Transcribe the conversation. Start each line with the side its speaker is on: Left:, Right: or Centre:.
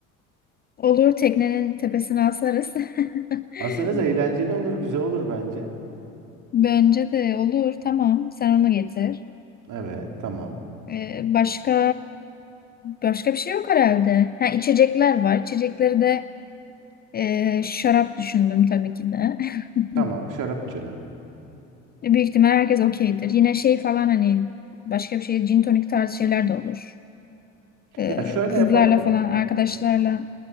Left: Olur teknenin tepesine asarız. <laughs>
Right: Asarız eğlenceli olur, güzel olur bence.
Left: Bence de olur tamam. Sen onu getir.
Right: Evet, tamam.
Left: E, başka Başka bir şey yok herhalde. Ha, içecekler var. İçecekleri de e, şarap düşündüm tabii ki de. <laughs>
Right: Tamam, şarap içelim.
Left: Büyük ihtimal herkes okeydir. Yine şey falan hani başka bir şey gin tonik tarzı şeyler de olur. E,
Right: Ya şöyle
Left: kızlarla
Right: yapalım
Left: falan
Right: mı?
Left: arkadaşlarla